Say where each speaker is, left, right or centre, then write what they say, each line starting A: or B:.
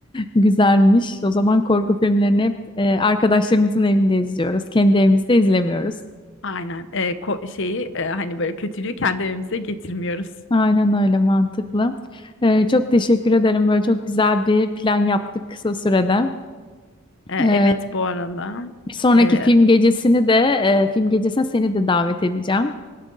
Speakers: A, on the left; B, on the left.
A: Güzelmiş. O zaman korku filmlerini hep e, arkadaşlarımızın evinde izliyoruz. Kendi evimizde izlemiyoruz.
B: <laughs> Aynen. Ee, ko- şeyi e, hani böyle kötülüğü kendi evimize getirmiyoruz.
A: Aynen öyle mantıklı. E, çok teşekkür ederim. Böyle çok güzel bir plan yaptık kısa sürede.
B: Ee,
A: E,
B: evet bu arada.
A: bir sonraki
B: Ee,
A: film gecesini de e, film gecesine seni de davet edeceğim.